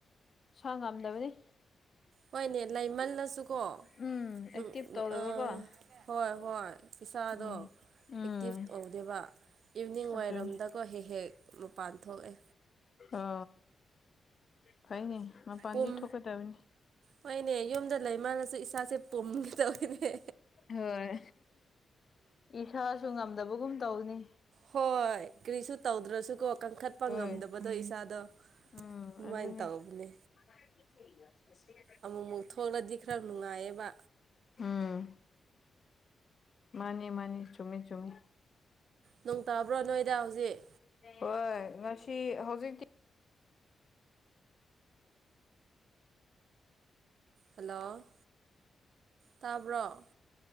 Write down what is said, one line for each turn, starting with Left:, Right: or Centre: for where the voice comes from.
Left: ꯁꯥ ꯉꯝꯗꯕꯅꯤ
Right: ꯍꯣꯏꯅꯦ ꯂꯩꯃꯜꯂꯁꯨꯀꯣ
Left: ꯎꯝ
Right: ꯅꯨꯡ
Left: ꯑꯦꯛꯇꯤꯚ ꯇꯧꯗꯕꯀꯣ
Right: ꯎ ꯍꯣꯏ ꯍꯣꯏ ꯏꯁꯥꯗꯣ
Left: ꯎꯝ ꯎꯝ
Right: ꯑꯦꯛꯇꯤꯁ ꯇꯧ ꯗꯦꯕ ꯏꯚꯅꯤꯡ
Left: ꯑꯗꯨꯅꯤ
Right: ꯋꯥꯏꯔꯝꯗꯀꯣ ꯍꯦꯛ ꯍꯦꯛ ꯃꯄꯥꯟ ꯊꯣꯛꯑꯦ
Left: ꯑ ꯐꯩꯅꯦ ꯃꯄꯥꯟꯗꯤ
Right: ꯄꯨꯝ
Left: ꯊꯣꯛꯀꯗꯕꯅꯤ
Right: ꯍꯣꯏꯅꯦ ꯌꯨꯝꯗ ꯂꯩ ꯃꯟꯂꯁꯨ ꯏꯁꯥꯁꯦ ꯄꯨꯝꯒꯦꯗꯧꯅꯦ
Left: ꯍꯣꯏ ꯏꯁꯥꯁꯨ ꯉꯝꯗꯕꯒꯨꯝ ꯇꯧꯕꯅꯤ
Right: ꯍꯣꯏ ꯀꯔꯤꯁꯨ ꯇꯧꯗ꯭ꯔꯁꯨꯀꯣ ꯀꯟꯈꯠ ꯄ
Left: ꯍꯣꯏ
Right: ꯉꯝꯗꯕꯗꯣ ꯏꯁꯥꯗꯣ
Left: ꯎꯝ
Right: ꯑꯗꯨꯃꯥꯏꯟ
Left: ꯑꯗꯨꯅꯦ
Right: ꯇꯧꯕꯅꯦ
Left: <inaudible>
Right: ꯑꯃꯨꯃꯛ ꯊꯣꯂꯥꯗꯤ ꯈ꯭ꯔꯥ ꯅꯨꯡꯉꯥꯏꯌꯦꯕ
Left: ꯎꯝ ꯃꯥꯅꯤ ꯃꯥꯅꯤ ꯆꯃꯤ ꯆꯨꯝꯃꯤ
Right: ꯅꯨꯡ ꯇꯥꯕ꯭ꯔꯣ ꯅꯣꯏꯗ ꯍꯧꯖꯤꯛ
Left: ꯌꯣꯏ ꯉꯁꯤ ꯍꯧꯖꯤꯛꯇꯤ
Right: ꯍꯜꯂꯣ ꯇꯥꯕ꯭ꯔꯣ